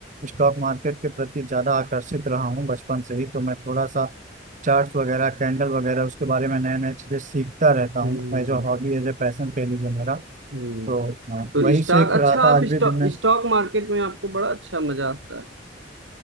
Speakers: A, on the right (about 45°); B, on the right (about 80°).
A: स्टॉक मार्केट के प्रति ज्यादा आकर्षित रहा हूँ बचपन से ही तो मैं थोड़ा सा चार्ट्स वगैरह कैंडल वगैरह उसके बारे में नए नए चीज़ें सीखता रहता
B: हम्म
A: हूँ मैं जो हॉबी है जो पैसन कह लीजिए मेरा
B: हम्म,
A: तो हाँ,
B: तो
A: वही
B: स्टॉक
A: सीख रहा
B: अच्छा आप
A: था आज भी
B: स्टॉक
A: दिन में
B: स्टॉक मार्केट में आपको बड़ा अच्छा मजा आता है